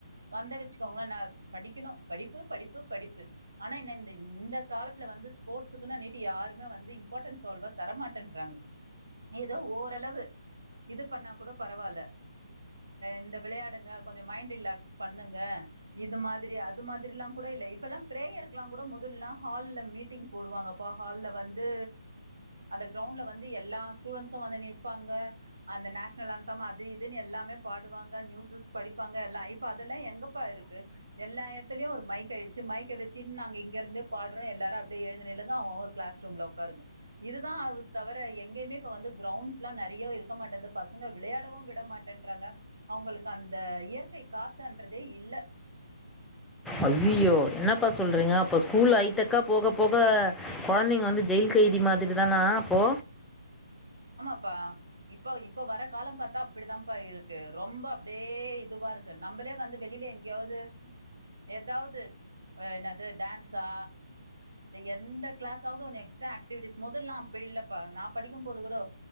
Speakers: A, on the right; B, in the centre.
A: வந்த வச்சுக்கோங்களன் ந படிக்கணும் படிப்பு படிப்பு படிப்பு ஆனா காலத்துல வந்து ஸ்போர்ட்ஸக்கு நீ யாருமே வந்து இம்பாரன்வா தரமாட்டோங்க ஏதோ ஓரளவு இது பண்ணா கூட பரவாயில்ல இந்த விளையாட டுங்க கொஞ்சம் மைண்ட் ரிலாக்ஸ் பண்ணுங்க இது மாரி அது மாரிலாம் கூட இல்ல இப்பலாம் பிரேயர்கு முதலாம் ஹால்ல மீட்டிங் போடுவாங்க ஹால்ல வந்து அந்த கிரௌண்ட் வந்து எல்லா ஸ்டுடென்ட்ஸ் உம் வந்து நிப்பாங்க அந்த நேஷனல் அந்தோம் அது எது எல்லாமே பாடுவாங்க நியூஸஸ் படிப்பாங்க எல்லாம் இப்ப அதெல்லாம் எங்கப்பா இருக்கு எல்லா இடத்துலயும் ஒரு மைக் ஆயிடுச்சு மைக்கை வச்சுனு நாங்க இங்க இருந்து பாடுறோம் எல்லாரும் அப்படியே எழுதி நிலங்க அவங்க கிளாஸ் ரூம்ல உக்காருங்க இதுதான் அது தவிர எங்கேயுமே இப்ப வந்து கிரவுண்ட்ஸ் எல்லாம் நிறைய இருக்க மாட்டேது பசங்க விளையாடவும் விட மாட்டேன்றறாங்க அவங்களுக்கு அந்த இந்த இயற்கை காத்தன்றதே இல்ல
B: ஐ்யோ என்னப்பா சொல்றீங்க அப்போ ஸ்கூல் ஐட்டக்கா போக போக குழந்தைங்க வந்து ஜெயில் கைடி மாதிரி தானா அப்போ
A: ப்பா இப்ப இப்ப வர காலம் பார்த்தா அப்படித்தான்ப்ப இருக்கு ரொம்ப அப்படியே இதுவா இருக்கு நம்மளே வந்து வெளியில எங்கேயாவது எதாவது என்னது டான்ஸா எந்த கிளாஸாவது ஓ எக்ஸ்ட்ரா ஆக்டிவிட்டிஸ் முதல்லல்லாம் அப்படி இல்லப்பா நான் படிக்கும் போது கூட